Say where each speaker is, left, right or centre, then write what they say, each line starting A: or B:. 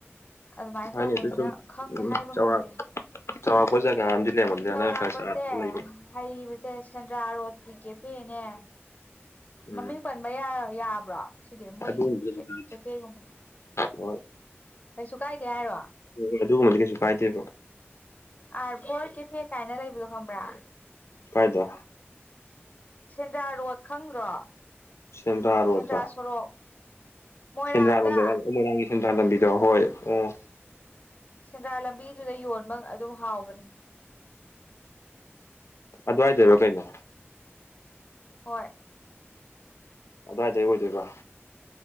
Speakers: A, on the left; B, on the left.
A: ꯑꯗꯨꯃꯥꯏꯅ
B: ꯍꯥꯏꯅꯤ
A: ꯇꯧꯕꯅꯤꯅ
B: ꯑꯗꯨ ꯁꯨꯝ
A: ꯈꯪꯗꯦ
B: ꯎꯝ
A: ꯍꯥꯏꯕ
B: ꯆꯥꯎꯔꯥꯛ
A: ꯉꯝꯗꯦ
B: ꯆꯥꯎꯔꯥꯛꯄ ꯖꯒꯥ ꯑꯃꯗꯤ ꯂꯩꯔꯝꯒꯅꯤꯗ
A: ꯆꯥꯎꯧꯔꯥꯛꯄꯁꯦ
B: ꯅꯪ ꯈꯔ ꯆꯥ ꯂꯩꯕꯗꯣ
A: ꯍꯩꯕꯁꯦ ꯁꯦꯟꯗ꯭ꯔꯥ ꯔꯣꯗꯀꯤ ꯀꯦꯐꯦꯅꯦ
B: ꯎꯝ
A: ꯃꯃꯤꯡ ꯄꯟꯕ ꯌꯥꯕ꯭ꯔꯣ ꯁꯤꯗꯤ ꯃꯣꯏꯒꯤ
B: ꯑꯗꯨꯒꯨꯝꯕꯗꯤ ꯀꯩꯁꯨ ꯀꯥꯏꯗꯦ
A: ꯀꯦꯄꯦꯒꯨꯝꯕ
B: ꯍꯣꯏ
A: ꯀꯩꯁꯨ ꯀꯥꯏꯗꯦ ꯍꯥꯏꯔꯣ
B: ꯍꯣꯏ ꯑꯗꯨꯒꯨꯝꯕꯗꯤ ꯀꯩꯁꯨ ꯀꯥꯏꯗꯦꯕ
A: ꯑꯥꯔ ꯐꯣꯔ ꯀꯦꯐꯦ ꯀꯥꯏꯅ ꯂꯩꯕꯗꯣ ꯈꯪꯕ꯭ꯔꯥ
B: ꯀꯥꯏꯗ
A: ꯁꯦꯟꯗ꯭ꯔꯥ ꯔꯣꯗ ꯈꯪꯗ꯭ꯔꯣ
B: ꯁꯦꯟꯗ꯭ꯔꯥꯔꯣꯇꯥ
A: ꯁꯦꯟꯗ꯭ꯔꯥ ꯁꯣꯔꯣꯛ ꯃꯣꯏꯔꯥꯡꯗ
B: ꯁꯦꯟꯗ꯭ꯔꯥ ꯂꯝꯗ ꯃꯣꯏꯔꯥꯡꯒꯤ ꯁꯦꯟꯗ꯭ꯔꯥ ꯂꯝꯕꯤꯗꯣ ꯍꯣꯏ ꯑꯣ
A: ꯁꯦꯟꯗ꯭ꯔꯥ ꯂꯝꯕꯤꯗꯨꯗ ꯌꯣꯟꯕ ꯑꯗꯨꯝ ꯍꯥꯎꯕꯅꯦ
B: ꯑ ꯑꯗꯨꯋꯥꯏꯗꯔꯣ ꯀꯩꯅꯣ
A: ꯍꯣꯏ
B: ꯑꯗꯨꯋꯥꯏꯗꯩ ꯑꯣꯏꯗꯣꯏꯕ